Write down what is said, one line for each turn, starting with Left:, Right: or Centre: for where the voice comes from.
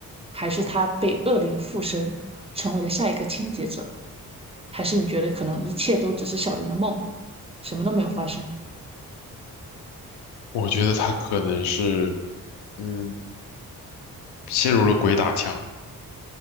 Right: 还是他被恶灵附身，成为了下一个清洁者？还是你觉得可能一切都只是小林的梦，什么都没有发生？
Left: 我觉得他可能是，嗯，陷入了鬼打墙。